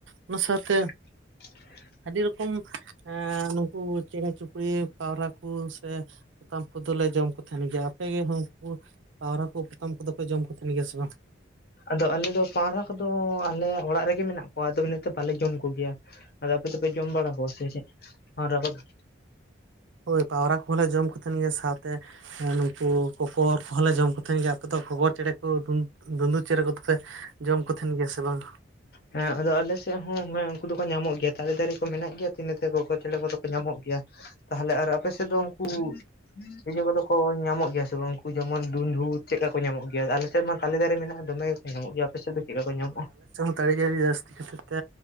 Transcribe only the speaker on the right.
ᱚᱱᱟ ᱥᱟᱶᱛᱮ
ᱟᱹᱰᱤ ᱨᱚᱠᱚᱢ ᱮᱸ ᱱᱩᱠᱩ ᱪᱮᱬᱮ ᱪᱤᱯᱩᱲᱤᱭᱟᱹ ᱯᱟᱣᱨᱟ ᱠᱚ ᱥᱮ ᱯᱚᱛᱟᱢ ᱠᱚᱫᱚᱞᱮ ᱡᱚᱢ ᱠᱚ ᱛᱟᱦᱮᱱ ᱜᱮᱭᱟ ᱾ ᱟᱯᱮᱜ ᱜᱮ ᱩᱱᱠᱩᱼᱼ ᱯᱟᱣᱨᱟ ᱠᱚ ᱯᱚᱛᱟᱢ ᱠᱚᱫᱚ ᱯᱮ ᱡᱚᱢ ᱠᱚ ᱛᱟᱦᱮᱱ ᱜᱮᱭᱟ ᱥᱮ ᱵᱟᱝ?
ᱦᱳᱭ ᱯᱟᱣᱨᱟ ᱠᱚᱦᱚᱸᱞᱮ ᱡᱚᱢ ᱠᱚᱛᱷᱮᱱ ᱜᱮᱭᱟ ᱥᱟᱶᱛᱮ ᱱᱩᱠᱩ ᱠᱚᱠᱚᱨ ᱠᱚᱦᱚᱸᱞᱮ ᱡᱚᱢ ᱠᱚᱛᱷᱮᱱ ᱜᱮᱭᱟ ᱾ ᱛᱚ ᱜᱚᱜᱚᱨ ᱪᱮᱬᱮ ᱠᱚ ᱫᱩᱸᱫᱩ ᱪᱮᱬᱮ ᱠᱚᱫᱚᱯᱮ ᱡᱚᱢ ᱠᱚ ᱛᱟᱦᱮᱱ ᱜᱮᱭᱟ ᱥᱮ ᱵᱟᱝ
<unintelligible> ᱟᱲᱤᱤ ᱡᱟᱹᱥᱛᱤ ᱠᱷᱛᱤᱨ ᱛᱮ